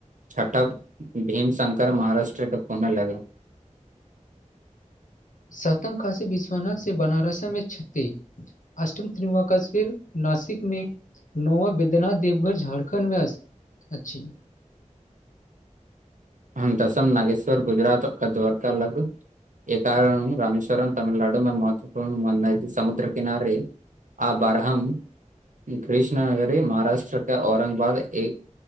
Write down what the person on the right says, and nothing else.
छठब भीमशंकर महाराष्ट्रके पुणे लगे
हम दसम नागेश्वर गुजरात क द्वारका लग ए कारण रामेश्वरम तमिलनाडु मे महत्वपूर्ण मननाय जे समुद्र किनारे आ बारहम कृष्ण नगरी महाराष्ट्रके औरंगबाद ए